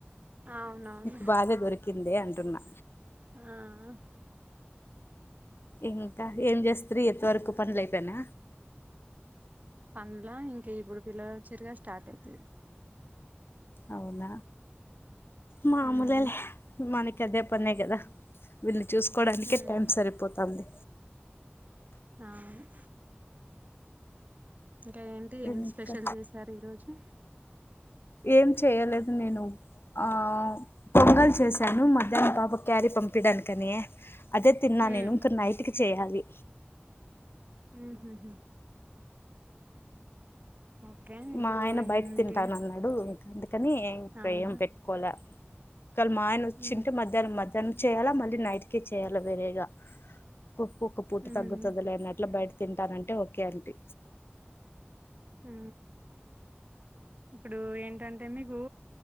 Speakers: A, on the right (about 40°); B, on the left (about 65°).
A: అవునవును
B: మీకు బాగే దొరికిందే అంటున్నా
A: ఆ
B: ఇంకా ఏం చేస్త్రి ఎంతవరకు పనులు అయిపోయినా
A: పనుల ఇంకా ఇప్పుడు పిల్లలచ్చిరుగా స్టార్ట్ అయితది
B: అవున మాముూలేలె
A: హ్మ్
B: మనకి అదే పనే కదా వీళ్ళని చూసుకోవడానికే
A: హ్మ్
B: టైం సరిపోతాంది
A: అవును ఇంకా ఏంటి ఏం
B: ఇంకా
A: స్పెషల్ చేశారు ఈ రోజు
B: ఏం చేయలేదు నేను ఆ పొంగల్ చేశాను మధ్యాహ్నం పాప క్యారీ పంపిడానికని అదే తిన్నా
A: హ్మ్
B: నేను ఇంక నైటుకి చేయాలి
A: ఊహుహు ఓకే ఇప్పుడు
B: మా ఆయన బయట
A: ఏంటి
B: తింటానన్నా డు ఇంక అందుకని ఇంకా
A: అవునా
B: ఏం పెట్టుకోలే ఓకాలా మా ఆయన వచ్చుంటే
A: ఉమ్
B: మధ్య ద్ద మధ్యానం చేయాలా మళ్ళీ నైట్కి చేయాలా వేరేగా కుక్ ఒక్క పూట
A: ఉమ్
B: తగ్గుతదిలే అన్నట్లో బయట తింటానంటే ఓకే అంటీ
A: హూ ఇప్పుడు ఏంటంటే మీకు